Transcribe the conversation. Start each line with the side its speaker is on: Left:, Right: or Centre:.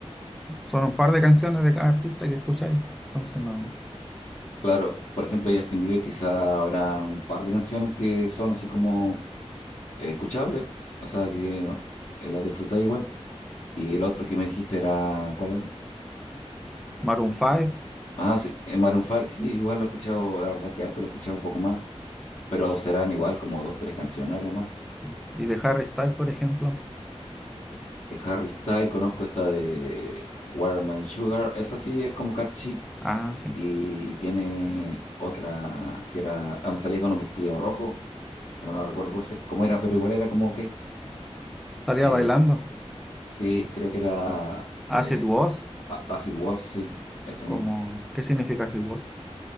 Centre: son un par de canciones de cada artista que escucháis. Entonces no.
Left: claro, por ejemplo, de Justin Bieber quizá habrá un par de canciones que son así como eh, escuchables, o sea que no, eh, las disfruté igual. Y el otro que me dijiste era, ¿cuál era?
Centre: Maroon 5
Left: Ah, sí, eh, Maroon 5, sí, igual lo he escuchado, la verdad es que antes lo escuchaba un poco más, pero serán igual como dos, tres canciones lo más.
Centre: sí. y de Harry Styles, por ejemplo.
Left: Y Harry Style, conozco esta de Watermelon Sugar, esa sí es como catchy
Centre: Ah, sí.
Left: y tiene otra que era, ah, no, salía con un vestido rojo, pero no recuerdo cómo, se- cómo era, pero igual era como, ok,
Centre: Salía
Left: eh,
Centre: bailando.
Left: pa- sí, creo que era
Centre: Acid
Left: eh,
Centre: Was,
Left: A- As It Was, sí, esa
Centre: como,
Left: misma,
Centre: ¿qué significa Acid Was?